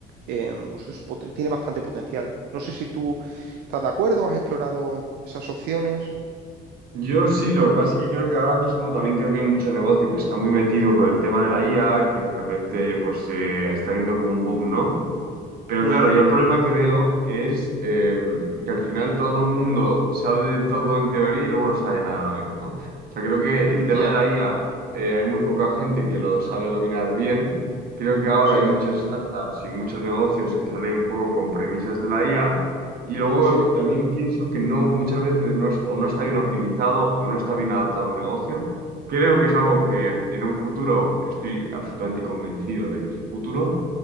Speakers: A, on the right (about 75°); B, on the right (about 60°).
A: eh, pues es poten- tiene bastante potencial. No sé si tú estás de acuerdo, has explorado esas opciones.
B: Yo sí, lo que pasa es que creo que ahora mismo también creo que hay mucho negocio que está muy metido con el tema de la IA, que de repente pues se está viendo como un boom, ¿no? Pero
A: Mm,
B: claro, yo el problema que veo es eh, que al final todo el mundo sabe de todo en teoría y luego no sabe de nada a la vez, ¿no? O sea, creo que
A: mm,
B: el tema
A: ya,
B: de la IA, eh, hay muy poca gente que lo sabe dominar bien. Creo que ahora
A: Sí,
B: hay muchas startups y muchos negocios que salen un poco con premisas de la IA. Y luego
A: sí.
B: también pienso que no, muchas veces no es- o no está bien optimizado o no está bien adaptado al negocio. Creo que es algo que en un futuro, estoy absolutamente convencido de que es el futuro